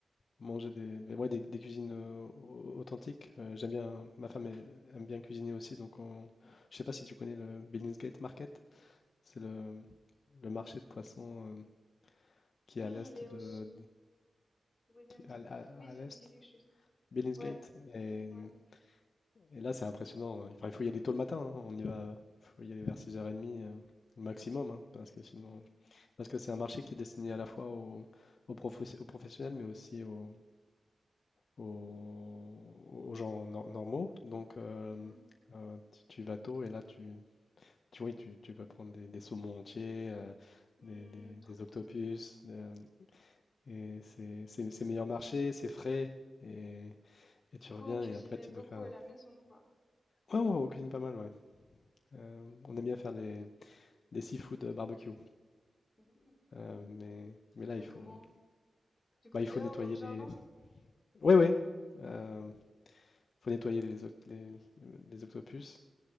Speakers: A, on the left; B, on the left.
A: manger des des ouais, des des cuisines, heu, au authentiques. Heu, j'aime bien ma femme ai aime bien cuisiner aussi, donc on je sais pas si tu connais le Billingsgate Market? C'est le le marché de poissons, hem, qui
B: Oui,
A: est à l'est
B: il est
A: de
B: au, William
A: qui
B: Skate.
A: à à
B: Oui,
A: à
B: ça
A: l'est,
B: me dit quelque chose.
A: Billingsgate
B: Ouais,
A: et
B: ouais.
A: mmh et là, c'est impressionnant, hein. Enfin, il faut y aller tôt le matin, hein, on y va faut y aller vers 6:30, heu, maximum, hein, parce que sinon
B: Mhm,
A: parce que c'est un marché qui est destiné à la fois aux aux professe aux professionnels, mais aussi aux aux, aux gens nor- normaux. Donc, euh,
B: mhm.
A: euh, tu, tu vas tôt et là, tu, tu, oui, tu, tu peux prendre des, des saumons entiers, euh,
B: Hmm,
A: des, des-
B: trop
A: des octopus.
B: bon.
A: euh, et c'est c'est- c'est meilleur marché, c'est frais. Et, et tu
B: Du coup,
A: reviens
B: vous cuisinez
A: et après, tu
B: beaucoup
A: peux faire.
B: à
A: un-
B: la maison, quoi.
A: Ouais, on, on cuisine pas mal, ouais. Euh, on aime bien faire des, des seafood barbecue.
B: Hmm.
A: Euh, mais,
B: Faites
A: mais là,
B: ça
A: il faut,
B: comment? Du coup,
A: bah, il
B: dehors,
A: faut nettoyer
B: dans le jardin?
A: les. Ouais, ouais. euh, faut nettoyer les, oc- les, les octopus.